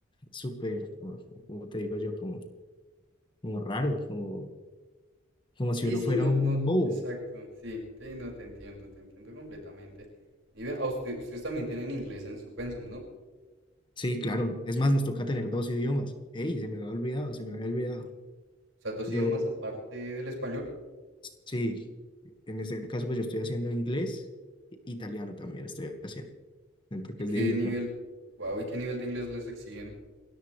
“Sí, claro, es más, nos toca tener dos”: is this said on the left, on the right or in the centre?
Left